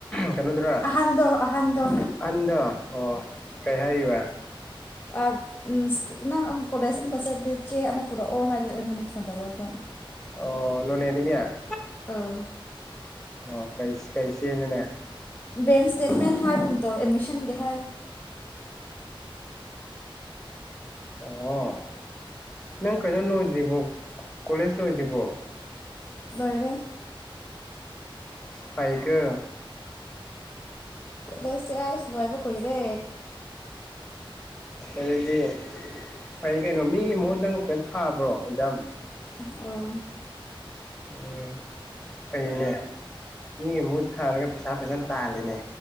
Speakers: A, in the centre; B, on the left.
A: ꯀꯩꯅꯣꯗꯨꯔꯥ
B: ꯑꯍꯟꯗꯣ ꯑꯍꯟꯗꯣ
A: ꯑꯍꯟꯗꯣ ꯑꯣ ꯀꯩ ꯍꯥꯏꯔꯤꯕ
B: ꯑ ꯎꯝ ꯅꯪ ꯑꯃꯨꯛ ꯀꯣꯂꯦꯖ ꯑꯃꯨꯛꯀ ꯆꯠꯂꯗꯤ ꯆꯦ ꯑꯃ ꯄꯨꯔꯛꯑꯣ ꯍꯥꯏꯅ ꯑꯩꯉꯣꯟꯗ ꯐꯣꯟꯇꯧꯔꯛꯄ
A: ꯑꯣ ꯂꯣꯅꯦꯗꯤꯒ
B: ꯑꯧ
A: ꯑꯣ ꯀꯩ ꯀꯩ ꯆꯦꯅꯣꯅꯦ
B: ꯕꯦꯡ ꯏꯁꯇꯦꯠꯃꯦꯟ ꯍꯥꯏꯕ ꯑꯃ ꯇꯧꯋꯦ ꯑꯦꯠꯃꯤꯁꯟꯒꯤ ꯍꯥꯏꯌꯦ
A: ꯎꯝ ꯑꯣ ꯅꯪ ꯀꯩꯅꯣ ꯂꯣꯏꯗ꯭ꯔꯤꯕꯣ ꯀꯣꯂꯦꯖ ꯂꯣꯏꯗ꯭ꯔꯤꯕꯣ
B: ꯂꯣꯏꯔꯦ
A: ꯄꯥꯏꯀꯣ
B: ꯀꯣꯂꯦꯁꯇꯤ ꯑꯁ ꯂꯣꯏꯕ ꯀꯨꯏꯔꯦ
A: ꯑꯗꯨꯗꯤ ꯐꯩ ꯀꯩꯅꯣ ꯃꯤꯒꯤ ꯃꯍꯨꯠ ꯅꯪ ꯀꯩꯅꯣ ꯊꯥꯕ꯭ꯔꯣ ꯑꯦꯛꯖꯥꯝ
B: ꯑꯧ
A: ꯎꯝ ꯐꯩꯅꯦ ꯃꯤꯒꯤ ꯃꯍꯨꯠ ꯊꯥꯔꯒ ꯄꯩꯁꯥ ꯐꯖꯅ ꯇꯥꯜꯂꯦꯅꯦ